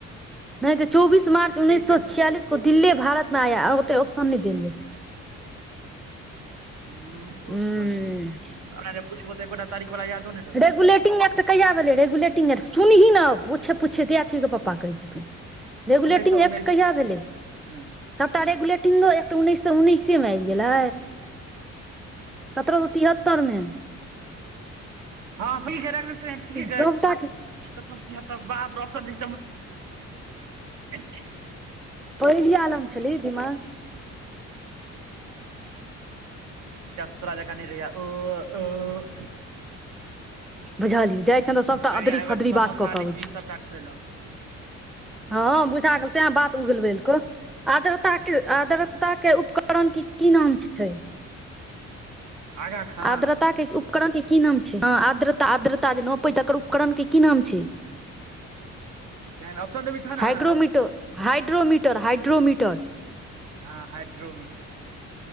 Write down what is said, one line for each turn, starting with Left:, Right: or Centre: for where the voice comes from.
Centre: नहि तऽ चौबीस मार्च उन्नैस सए
Right: कहि देबौ
Centre: छियालिस को दिल्ली भारत मे आया ओते ऑप्शन नहि देल जेतय
Right: <unintelligible>
Centre: उंम्म
Right: नहि रहतौ
Centre: रेगुलेटिंग एक्ट कहियआ भेलै रेगुलेटिंग एक्ट सुनही नए ओछ पूछिेते अथीके पपा कहै छथुन रेगुलेटिंग
Right: उन्नैस सए उन्नैस
Centre: एक्ट कहिया भेलै
Right: मे
Centre: सभटा रेगुलेट तिनो एकटा उन्नैस सए उन्नैसे मे आबि गेलै सत्रह गो तिहत्तर मे
Right: हाँ स कह गेल ठीके
Centre: सभटा के
Right: कहाप रसम <unintelligible>
Centre: पहिली आलम छली दिमाग
Right: राजा क नहि रहयै ओ ओ
Centre: बुझलियै जाइ छियनि तऽ सबटा
Right: पहिलिया
Centre: अदरी
Right: एहि बेर
Centre: फदरी
Right: समोसा
Centre: बात कऽ केऽ
Right: लिट्टी
Centre: अबै छै
Right: सबटा खुएलक
Centre: हाँ बुझा गेल तें बात उगको आद्रता के आद्रता के उपकरण क की नाम छ छै
Right: आगाँ खाँ
Centre: आर्द्रता के उपकरण के की नाम छै ह आद्रता आद्रता जे नपै छै ओकर उपकरण के की नाम छै <inaudible>
Right: क अफ्सर भी था ना
Centre: हाइग्रोमीटर हाइड्रोमीटर हाइड्रोमीटर
Right: हाँ हाइड्रोमीटर